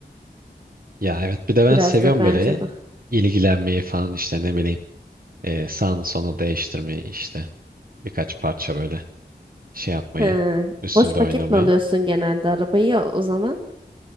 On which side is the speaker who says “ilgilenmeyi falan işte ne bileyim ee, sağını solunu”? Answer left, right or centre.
Right